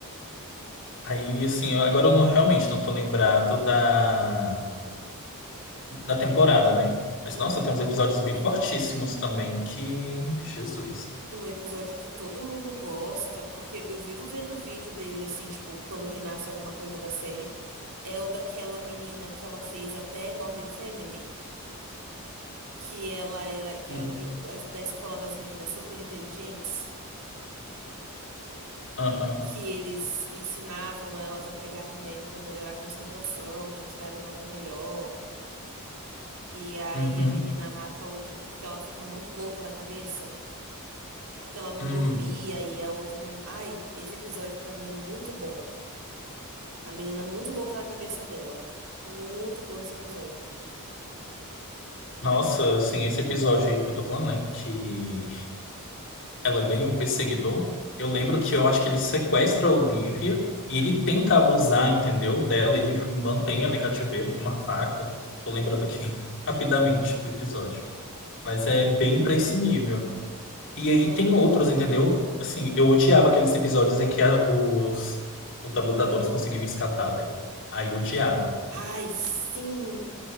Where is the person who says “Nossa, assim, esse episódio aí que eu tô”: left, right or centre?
Left